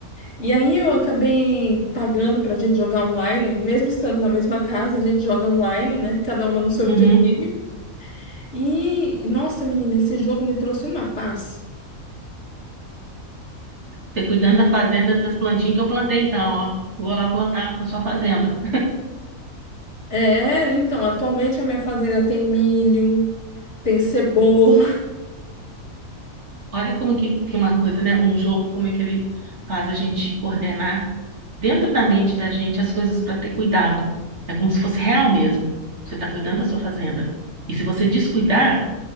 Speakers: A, on the left (about 50°); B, on the right (about 50°).
A: E aí, eu acabei pagando pra gente jogar online, mesmo estando na mesma casa, a gente joga online, né? Cada uma no seu
B: Uhum.
A: videogame. E, nossa, menina, esse jogo me trouxe uma paz.
B: Você cuidando da fazenda, das plantinhas que eu plantei, então, ó. Vou lá plantar na sua fazenda.
A: É, então, atualmente a minha fazenda tem milho, tem cebola,
B: Olha como que, que uma coisa, né? Um jogo, como é que ele faz a gente coordenar dentro da mente da gente as coisas para ter cuidado. É como se fosse real mesmo. Você está cuidando da sua fazenda. E se você descuidar,